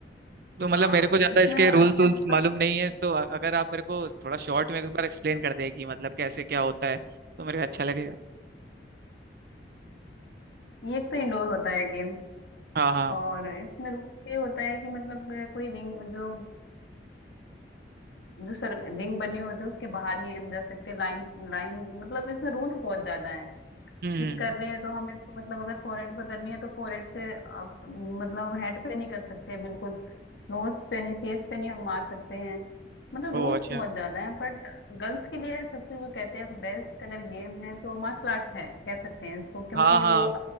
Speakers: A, on the right; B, on the left.
A: तो मतलब
B: हाँ
A: मेरे को ज्यादा
B: इसमें
A: इसके
B: अच्छा
A: रूल्स रूल्स
B: है, मतलब
A: मालूम नहीं है तो अ- अगर आप मेरे को थोड़ा शॉर्ट में एक बार एक्सप्लेन कर दें कि मतलब कैसे क्या होता है तो मेरे को अच्छा लगेगा
B: ये एक तो इंडोर होता है गेम
A: हाँ हाँ
B: और इसमें रूल ये होता है कि मतलब कोई रिंग जो जो सर रिंग बनी होती है उसके बाहर नहीं हम जा सकते लाइन लाइन मतलब इसमें रूल्स बहुत ज्यादा
A: हम्म
B: हिट कर रहे हैं तो हम इसको मतलब अगर फोरहेड पे करनी है तो फोरहेड से आप मतलब हेड पे नहीं कर सकते बिल्कुल नोज पे नहीं फेस पे नहीं हम मार सकते हैं मतलब
A: ओ
B: रूल्स
A: अच्छा
B: बहुत ज्यादा हैं बट गर्ल्स के लिए सबसे जो कहते हैं बेस्ट अगर गेम है तो मार्शल आर्ट है कह सकते हैं इसको क्योंकि
A: हाँ हाँ
B: वो